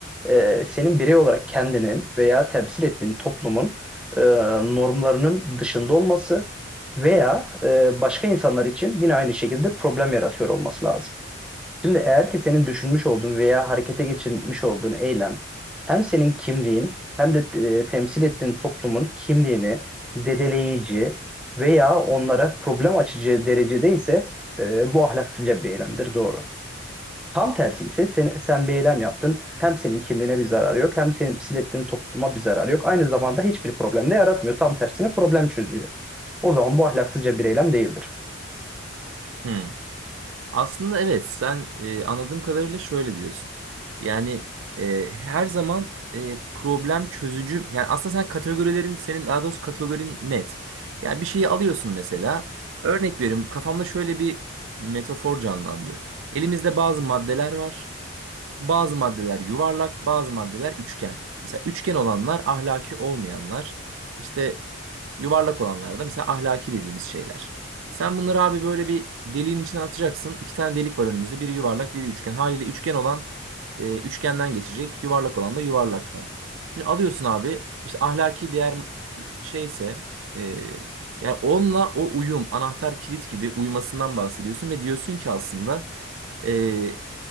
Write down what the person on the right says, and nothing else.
Hmm. Aslında evet sen e, anladığım kadarıyla şöyle diyorsun. Yani e, her zaman e, problem çözücü yani aslında sen kategorilerin senin daha doğrusu kategorin net. Yani bir şeyi alıyorsun mesela örnek veriyorum kafamda şöyle bir metafor canlandı. Elimizde bazı maddeler var. Bazı maddeler yuvarlak, bazı maddeler üçgen. Mesela üçgen olanlar ahlaki olmayanlar. İşte Yuvarlak olanlar da mesela ahlaki dediğimiz şeyler. Sen bunları abi böyle bir deliğin içine atacaksın. İki tane delik var önümüzde. Biri yuvarlak, biri üçgen. Haliyle üçgen olan e, üçgenden geçecek. Yuvarlak olan da yuvarlaktan. Şimdi alıyorsun abi işte ahlaki değer şeyse e, yani onunla o uyum, anahtar kilit gibi uyumasından bahsediyorsun ve diyorsun ki aslında e,